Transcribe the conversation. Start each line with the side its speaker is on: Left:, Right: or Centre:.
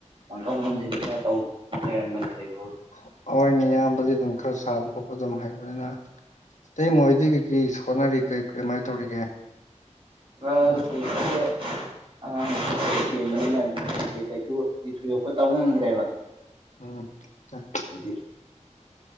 Right: ꯃꯟꯊꯣꯛ ꯃꯟꯖꯤꯟ
Left: ꯎꯝ
Right: ꯈꯔ ꯇꯧ ꯂꯩꯔꯝꯕꯅꯦ ꯂꯩꯕꯕꯨꯗꯤ
Left: ꯍꯣ ꯑꯣꯏꯅꯦ ꯏꯌꯥꯝꯕꯗꯤ ꯑꯗꯨꯝ ꯈꯔ ꯁꯥꯕ ꯈꯣꯠꯄ ꯑꯗꯨꯝ ꯍꯩꯕꯅꯤꯅ ꯏꯇꯩꯃ ꯍꯣꯏꯗꯤ ꯀꯩꯀꯩ ꯍꯣꯠꯅꯔꯤ ꯀ꯭ꯔꯤ ꯀꯃꯥꯏ ꯇꯧꯔꯤꯒꯦ
Right: <unintelligible>
Left: ꯃꯣꯏ
Right: ꯑꯉꯥꯡ ꯃꯆꯥ ꯂꯩ ꯆꯦꯟꯕꯅꯤꯅ ꯑꯗꯨꯝ ꯀꯩꯁꯨꯗꯤ ꯊꯣꯏꯗꯣꯛꯄ ꯇꯧ ꯉꯝꯗ꯭ꯔꯦꯕ
Left: ꯑꯝ ꯆꯥꯏ
Right: <inaudible>